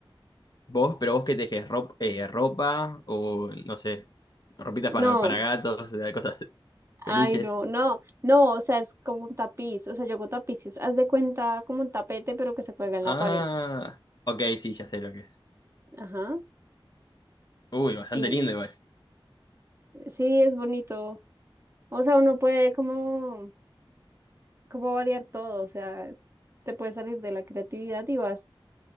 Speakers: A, on the left (about 45°); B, on the right (about 30°).
A: Vos, pero vos qué tejes, rop eh ropa o no sé, ropitas
B: No,
A: para, para gatos, eh, cosas, <laughs> peluches.
B: ay, no, no, no, o sea, es como un tapiz, o sea, yo hago tapices, haz de cuenta como un tapete, pero que se cuelga en
A: Ah,
B: la pared.
A: ok, sí, ya sé lo que es.
B: Ajá.
A: Uy, bastante
B: Y
A: lindo igual.
B: sí, es bonito. O sea, uno puede como, como variar todo, o sea, te puedes salir de la creatividad y vas